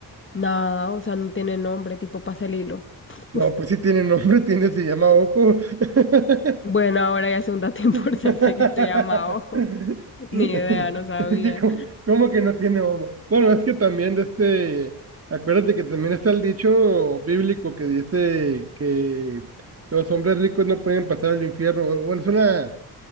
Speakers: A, on the left; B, on the right.
A: Nada, o sea, no tiene nombre, tipo pasa el hilo
B: No,
A: <laughs>
B: pues sí tiene nombre, <laughs> tiene, se llama ojo. <laughs>
A: Bueno, ahora ya es un dato <laughs> importante
B: <laughs>
A: que se llama ojo. Ni idea, no sabía.
B: Es que como, como que no tiene bomba. Bueno, es que también de este, acuérdate que también está el dicho bíblico que dice que los hombres ricos no pueden pasar al infierno. Bueno, es una,